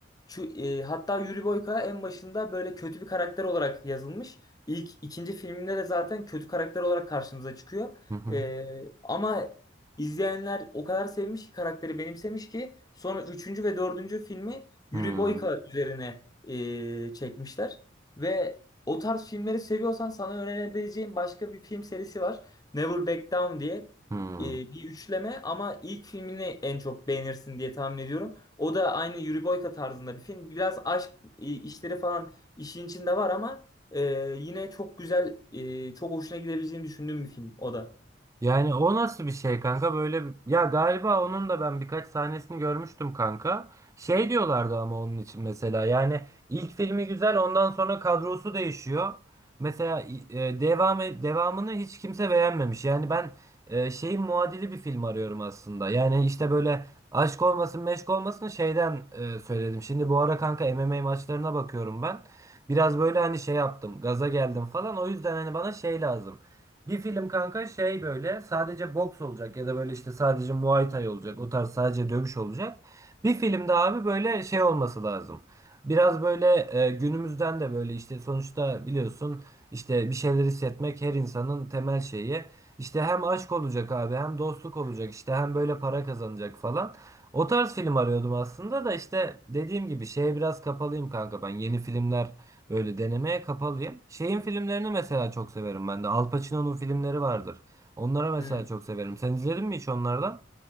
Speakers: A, on the left; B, on the right.
A: şu, e, hatta Yuri Boyka en başında böyle kötü bir karakter olarak yazılmış. İlk ikinci filminde de zaten kötü karakter olarak karşımıza çıkıyor.
B: Hı
A: E, ama izleyenler o kadar sevmiş ki karakteri benimsemiş ki sonra üçüncü ve dördüncü filmi Yuri
B: hı.
A: Boyka üzerine e, çekmişler. Ve o tarz filmleri seviyorsan sana önerebileceğim başka bir film serisi var. Never Back Down diye
B: Hı hı.
A: e, bir üçleme ama ilk filmini en çok beğenirsin diye tahmin ediyorum. O da aynı Yuri Boyka tarzında bir film. Biraz aşk e, işleri falan işin içinde var ama e, yine çok güzel, e, çok hoşuna gidebileceğini düşündüğüm bir film o da.
B: Yani o nasıl bir şey kanka böyle ya galiba onun da ben birkaç sahnesini görmüştüm kanka. Şey diyorlardı ama onun için mesela yani ilk filmi güzel ondan sonra kadrosu değişiyor. Mesela e, devam devamını hiç kimse beğenmemiş. Yani ben e, şeyin muadili bir film arıyorum aslında. Yani işte böyle aşk olmasın meşk olmasın şeyden e, söyledim. Şimdi bu ara kanka MMA maçlarına bakıyorum ben. Biraz böyle hani şey yaptım gaza geldim falan o yüzden hani bana şey lazım. Bir film kanka şey böyle sadece boks olacak ya da böyle işte sadece Muay Thai olacak. O tarz sadece dövüş olacak. Bir filmde abi böyle şey olması lazım. Biraz böyle e, günümüzden de böyle işte sonuçta biliyorsun işte bir şeyler hissetmek her insanın temel şeyi. İşte hem aşk olacak abi hem dostluk olacak işte hem böyle para kazanacak falan. O tarz film arıyordum aslında da işte dediğim gibi şeye biraz kapalıyım kanka ben yeni filmler Böyle denemeye kapalıyım. Şeyin filmlerini mesela çok severim ben de. Al Pacino'nun filmleri vardır. Onlara mesela
A: Hmm.
B: çok severim. Sen izledin mi hiç onlardan?